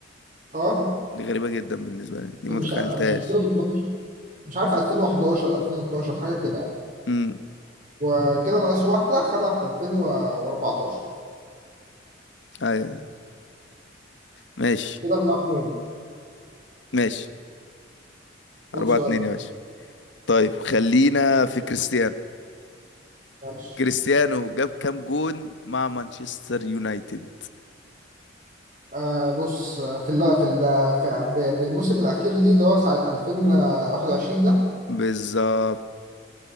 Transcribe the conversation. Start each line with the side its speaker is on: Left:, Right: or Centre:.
Right: اه
Left: دي غريبه جدا بالنسبه لي دي ما
Right: مش
Left: تخيلتهاش
Right: مش 2012 مش عارف 2011 2012 حاجه كده يعني
Left: امم
Right: وكده ناقص واحده خدها في 2014
Left: ايوه أيوة. ماشي
Right: كده 4 2
Left: ماشي
Right: قول
Left: 4
Right: سؤال
Left: 2 يا باشا طيب خلينا في كريستيانو
Right: ماشي
Left: كريستيانو جاب كام جون مع مانشستر يونايتد
Right: آه بص آه، في ال في ال في ب- بالموسم الاخير ليه اللي هو ساعه 2021 ده
Left: بالظبط